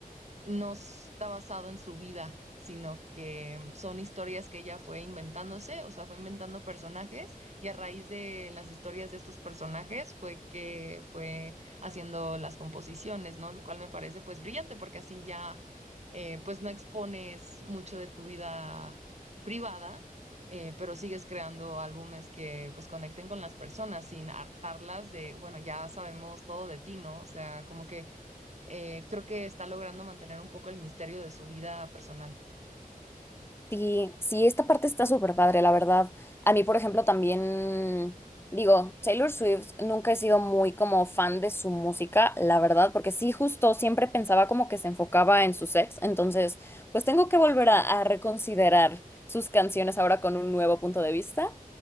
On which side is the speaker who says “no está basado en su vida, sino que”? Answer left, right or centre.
Right